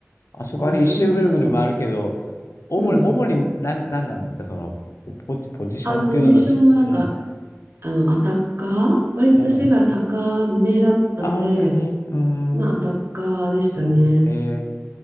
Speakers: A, on the left (about 75°); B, on the right (about 55°).
A: あそこ、
B: でもすごいそう。
A: あれ一周ぐるぐる回るけど、主に、
B: うん。
A: 主に何、何なんですか、その、ポジ、ポジションっていうのとち、
B: あ、ポジションはなんか、
A: うん。
B: あの、アタッカー割と背が高めだったので、
A: もう、あ、本当に、うーん、
B: まあアタッカーでしたね。
A: うん。えー、